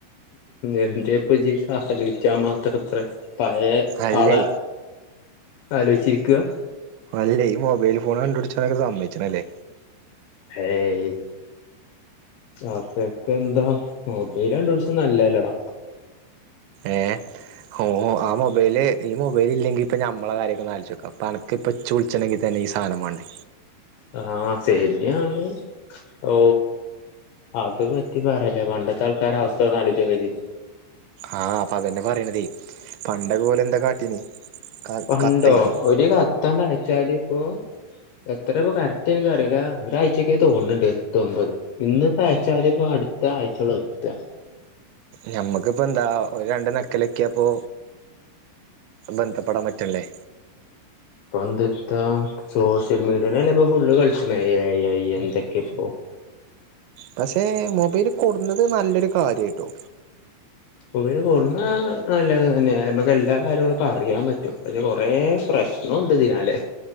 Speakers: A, on the left (about 75°); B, on the right (about 80°).
A: എന്തെപ്പജ് അ ആലൊയ്‌ച്ചാ മാത്രംത്ര പയെ
B: അല്ലേ
A: ആളെ ആലോച്ചിരിക്കാ
B: അല്ലേ ഈ മൊബൈൽ ഫോൺ കണ്ടു പിടിച്ചാനൊ സമ്മയ്‌ച്ചണല്ലേ
A: ഹേ യ്‌ അ തക്കെ എന്താ മൊബൈല് കണ്ട് പിടിച്ചത് നല്ലല്ലേടാ
B: ഏഹ് ഓ ആ മൊബൈല് ഈ മൊബൈൽ ഇല്ലങ്കിൽ ഇപ്പൊ നമ്മളെ കാര്യകെ ആലോചോക്കാ അനക്ക് ഇപ്പൊ ഇച്ച് വിളിച്ചണെങ്കിൽ തന്നെ സാനം വാ ണ്ടെ
A: ആഹ് സേഫ് ടിയാണ് ഓ അത് പറ്റി പറയല്ലേ പണ്ടത്തെ ആൾക്കാര അവസ്ഥന്ന്ജ് ആലോചോക്കജ്
B: ആഹ് അപ്പ അതന്നെ പറയണതേ പണ്ട് ഒലെന്താ കാട്ടീന് ക
A: പണ്ടോ
B: കത്തെഴുതി
A: ഒരു കത്തയച്ചാല് ഇപ്പൊ എത്രപ്പ കറക്റ്റ് നക്ക് അറിയില്ല ഒരാഴ്ചക്കെ തോണുന്നുണ്ട് എത്തു മ്പത് ഇന്ന്പ്പം അയച്ചാല് പ്പം അടുത്ത ആഴ്ചള്ളു എത്താ
B: ഞമ്മക്ക്‌പ്പോ എന്താ ഒരു രണ്ട് ഞെക്കലൊക്കിയപ്പൊ ബന്ധപ്പെടാൻ പറ്റ്ല്ലേ
A: പണ്ട്ത്താ സോഷ്യൽ മീഡിയെല്ലെപ്പം ഫുള് കളിച്ച് ണേ ഐ ഐ അയ് എന്തൊക്കെ ഇപ്പോ
B: പക്ഷെ മൊബൈല് കൊടുന്നത് നല്ലൊരു കാര്യയിട്ടോ
A: മൊബൈൽ കൊടുന്ന നല്ലത് തന്നെ നമക്ക് എല്ലാ കാര്യങ്ങളും അറിയാൻ പറ്റും അയ്‌ല് കൊറെ പ്രശ ദോശണ്ട് ദിനാലെ